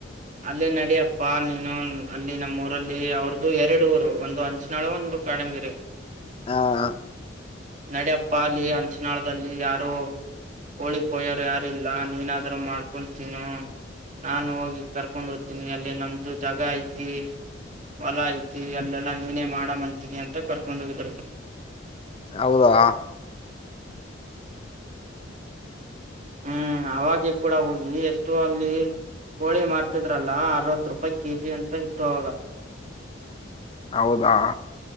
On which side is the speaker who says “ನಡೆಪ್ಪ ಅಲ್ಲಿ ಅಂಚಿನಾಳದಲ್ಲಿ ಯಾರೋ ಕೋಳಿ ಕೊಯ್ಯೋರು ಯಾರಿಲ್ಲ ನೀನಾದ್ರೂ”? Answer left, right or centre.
Right